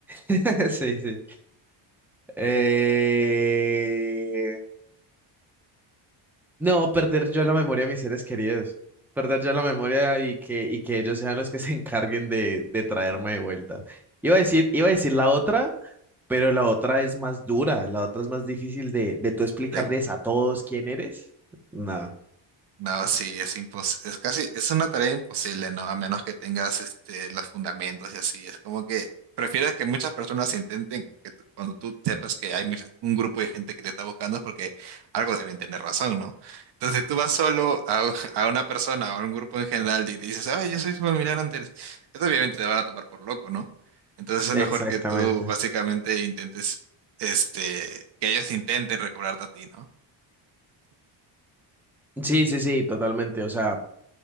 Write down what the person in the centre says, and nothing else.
<laughs> sí, sí. Eh, No, perder yo la memoria de mis seres queridos. Perder yo la memoria y que, y que ellos sean los que se encarguen de, de traerme de vuelta. Iba a decir, iba a decir la otra, pero la otra es más dura, la otra es más difícil de, de tú explicarles
a todos quién eres. No,
exactamente.
Sí, sí, sí, totalmente. O sea,